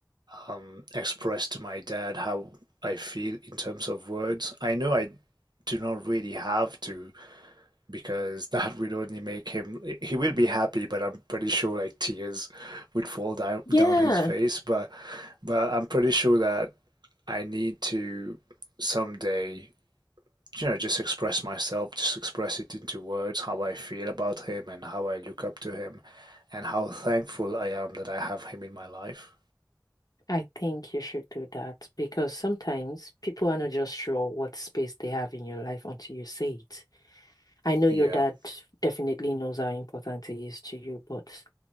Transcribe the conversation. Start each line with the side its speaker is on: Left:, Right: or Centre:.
Right: um, express to my dad how I feel in terms of words. I know I do not really have to because <laughs> that will only make him, he will be happy, but I'm pretty sure like tears would fall down
Left: Yeah.
Right: down his face. But but I'm pretty sure that I need to someday you know, just express myself, just express it into words, how I feel about him and how I look up to him and how thankful I am that I have him in my life.
Left: I think you should do that because sometimes people are not just sure what space they have in your life until you say it. I know
Right: Yeah.
Left: your dad definitely knows how important it is to you, but